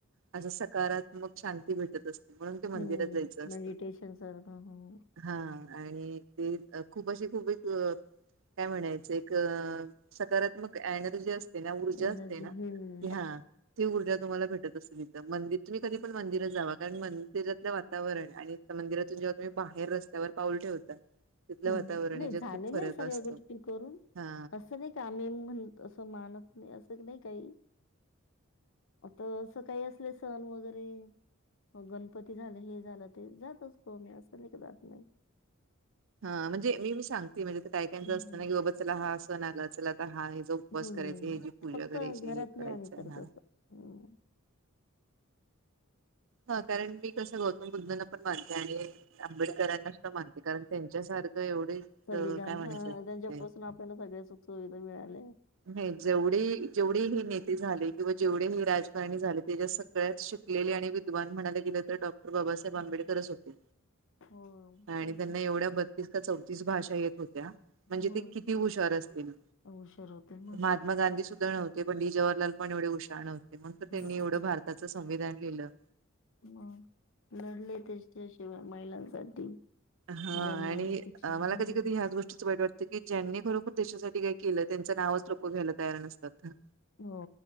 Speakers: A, on the right (about 65°); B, on the left (about 65°).
A: अशा सकारात्मक शांती भेटत असते. म्हणून ते
B: हम्म
A: मंदिरात जायचं असतं
B: मेडीटेशन सर् ह.
A: हा आणि ते खूप अशी खूप एक. काय म्हणायच एक सकारात्मक एनर्जी असते ना ऊर्जा
B: एनर्जी
A: असते ना.
B: हम्म.
A: की हा. ती ऊर्जा तुम्हाला भेटत असेल इथं मंदिर तुम्ही कधी पण मंदिरात जा कारण मंदिरातलं वातावरण आहे. मंदिरातून जेव्हा तुम्ही बाहेर रस्त्यावर पाऊल ठेवता. तिथलं
B: ह
A: वातावरण
B: नाही
A: याच्यात
B: झालेल्या
A: खूप फरक
B: आहे सगळ्या
A: असतो
B: गोष्टी करून
A: हा
B: अस. असं नाही का आम्ही म्हणत असं मानत नाही असं नाही काही. आता असं काही असले सण वगैरे. मग गणपती झालं हे झालं ते जातच त मी असं नाही का जात नाही.
A: हा म्हणजे मी मी सांगते म्हणजे ते काय काहीच
B: हं,
A: असतं ना की बाबा चला हा असंण आला चला तर हा. उपवास
B: हं.
A: करायच हे जी पूजा
B: फक्त
A: करायची
B: घरात
A: हे करायचं
B: नाही आम्ही करत
A: हा.
B: असं. हं.
A: हा कारण मी कसं गौतम बुद्धांना पण मानते आणि. आंबेडकरांनास मानते कारण त्यांच्यासारखं एवढे. अ,
B: संविधान
A: काय म्हणायचं
B: ह त्यांच्यापासून
A: ते
B: आपल्याला सगळ्या सुख सुुविधा मिळाल्या.
A: नाही जेवढे जेवढे हे नेते झाले किंवा जेवढे हे राजकारणी झाले तेच्यास. शिकलेली आणि. वान म्हणाला गेलं तर डॉक्टर बाबासाहेब आंबेडकरच
B: हं.
A: होते
B: हो,
A: आणि
B: तेच
A: त्यांना
B: ना.
A: एवढ्या. स का चौतीस भाषा येत होत्या म्हणजे
B: मग
A: ते किती हुशार असतील.
B: हुशार होते मग.
A: मात्मा गांधी सुद्धा नव्हते पण डी जहरला पण एवढे उशाण होते मगण त्यांनी
B: होते.
A: एवढं भारत. त्याच संविधान लिहिलं.
B: ह लढले त्याच्याशिवाय महिलांसाठी.
A: हा
B: ज्यांना
A: आणि
B: शिक्षण
A: मला
B: हं.
A: कधी कधी ह्याच गोष्टीचं वाईट वाटत. की ज्यांनी खरोखर देशासाठी काही केलं त्यांच नावच लोकं घ्यायला तयार नसतात ना.
B: हो